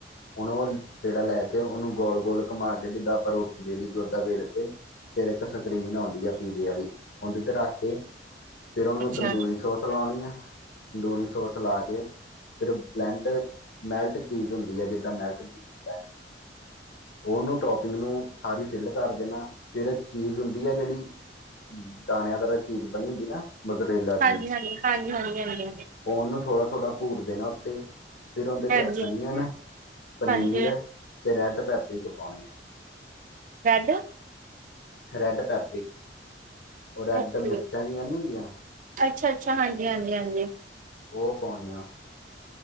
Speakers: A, on the left; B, on the right.
A: ਹੂਣ ਓ, ਪੇੜਾ ਲੈ ਕੇ ਓਨੂੰ ਗੋਲ-ਗੋਲ਼ ਘਮਾ ਕੇ ਜਿੱਦਾਂ ਆਪਾਂ ਰੋਟੀ ਵੇਲੀ ਦੀ ਓਦਾਂ ਵੇਲ ਕੇ ਫੇਰ ਏਕ ਸਕਰੀਨ ਆਉਂਦੀ ਆ ਪੀਜ਼ੇ ਵਾਲੀ, ਓਦੇ ਤੇ ਰਾੱਖ ਕੇ ਫੇਰ ਓਨੂੰ
B: ਅੱਛਾ।
A: ਤੰਦੂਰੀ ਸੋਸ ਲਾਊਣੀ ਆ, ਦੂਰੀ ਸੋਸ ਲਾ ਕੇ ਫੇਰ ਬਲੈਂਡ ਮੈਲਟ ਚੀਜ਼ ਹੁੰਦੀ ਆ, ਜਿੱਦਾਂ ਮੈਲਟ ਚੀਜ਼ ਬਲੈਂ ਓਨੂੰ ਟੋਪਿੰਗ ਨੂੰ ਸਾਰੀ ਫਿਲ ਕਰ ਦੇਣਾ, ਫਿਰ ਚੀਜ਼ ਹੁੰਦੀ ਆ ਜੇੜੀ ਦਾਣੇਆਂਦਾਰ ਚੀਜ ਬਣੀ ਹੁੰਦੀ ਨਾ, ਮਦਰੇਲਾ ਚੀਜ
B: ਹਾਂਜੀ ਹਾਂਜੀ ਹਾਂਜੀ ਹਾਂਜੀ ਹਾਂਜੀ
A: ਕੋਨ ਨੂੰ ਥੋੜਾ-ਥੋੜਾ ਭੂਰ ਦੇਨਾ ਉੱਤੇ ਫੇਰ ਓਂਦੇ
B: ਹਾਂਜੀ
A: ਚ ਅਨੀਅਨ, ਪਨੀਰ
B: ਹਾਂਜੀ
A: ਤੇ ਰੈਡ ਪੈਪਰੀ ਕ ਪਾਊਣੀ ਆ।
B: Red
A: red paprika. ਓ ਰੈਡ
B: ਓਕੇ
A: ਮਿਰਚਾਂ ਜਿਆਂ ਨੀ ਹੁੰਦੀਆਂ
B: ਅੱਛਾ ਅੱਛਾ ਹਾਂਜੀ ਹਾਂਜੀ ਹਾਂਜੀ
A: ਓ ਪਾਉਣੀਆਂ।